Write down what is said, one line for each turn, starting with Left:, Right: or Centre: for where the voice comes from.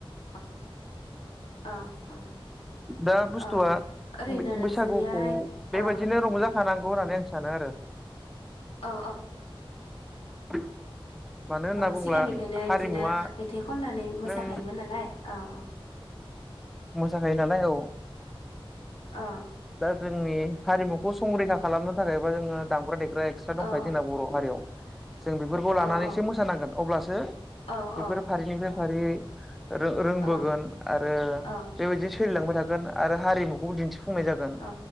Left: औ औ
Centre: दा बुस्थुआ
Left: औ ओरैनो
Centre: बै-बैसागुखौ
Left: नोंसोरनियाहाय
Centre: बेबायदिनो
Left: औ
Centre: रंजाखानांगौ
Left: औ
Centre: होननानै आं सा सानो आरो ।
Left: औ
Centre: <inaudible> मानो होनना
Left: ओ
Centre: बुङोब्ला
Left: सिगांनिफ्रायनो
Centre: हारिमुवा
Left: इदिनो मेथाइ खननानै मोसाखायोमोन
Centre: नों
Left: नालाय औ औ
Centre: साखायो नालाय औ
Left: औ
Centre: दा जोंनि हारिमुखौ संरैखा खालामनो थाखाय बा जोङो दामग्रा दे ग्रा एक्सरा दंखायो
Left: औ
Centre: जोंना बर' हारियाव । जों बेफोरखौ लानानैसो
Left: औ औ
Centre: मोसानांगोन
Left: औ
Centre: अब्लासो
Left: औ
Centre: बेफोरो फारिनिफ्राय
Left: औ
Centre: फारियै रो-रोंबोगोन
Left: औ
Centre: आरो
Left: औ
Centre: बेबायदि सोलिलांबाय थागोन आरो हारिमुखौ दिन्थिफुं फुंनाय जागोन
Left: औ